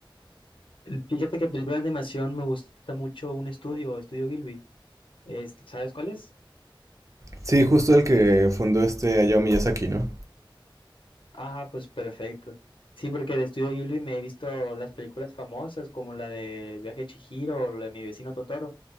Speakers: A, on the left; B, on the right.
A: El- Fíjate que películas de animación me gusta mucho un estudio, Estudio Gilby. Es- ¿sabes cuál es?
B: Sí, justo el que fundó este Hayao Miyazaki, ¿no?
A: Ah, pues perfecto. Sí, porque de Estudio Ghibli me he visto las películas famosas como la de El viaje de Chihiro o la de Mi vecino Totoro,